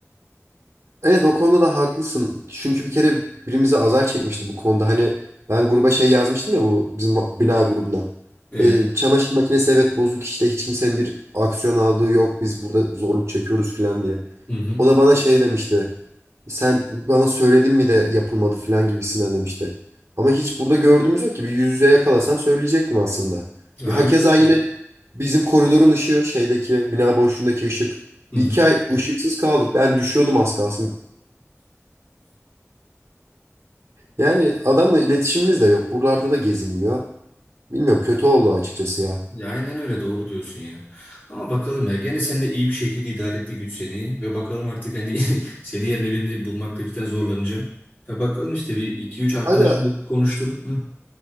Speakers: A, on the right (about 70°); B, on the left (about 40°).
A: Evet o konuda da haklısın. Çünkü bir kere birimize azar çekmişti bu konuda. Hani ben gruba şey yazmıştım ya bu bizim va- bina grubuna.
B: Evet.
A: Ee, çamaşır makinesi evet bozuk işte hiç kimsenin bir aksiyon aldığı yok. Biz burada zorluk çekiyoruz falan diye.
B: Hı hı.
A: O da bana şey demişti. Sen bana söyledin mi de yapılmadı falan gibisinden demişti. Ama hiç burada gördüğümüz yok ki. Bir yüz yüze yakalasam söyleyecektim aslında.
B: Ya
A: Ya
B: aynen
A: hakeza
B: öyle.
A: yine bizim koridorun ışığı şeydeki bina boşluğundaki ışık.
B: Hı
A: İki
B: hı.
A: ay ışıksız kaldık. Ben düşüyordum az kalsın. Yani adamla iletişimimiz de yok. Buralarda da gezinmiyor. Bilmiyorum kötü oldu açıkçası ya.
B: Ya aynen öyle doğru diyorsun ya. Ama bakalım ya gene sen de iyi bir şekilde idare etti güç seni ve bakalım artık hani <laughs> seni yerine birini bulmakta cidden zorlanacağım. Ya bakalım işte bir iki üç arkadaşımla
A: Aga
B: konuştum. Hı.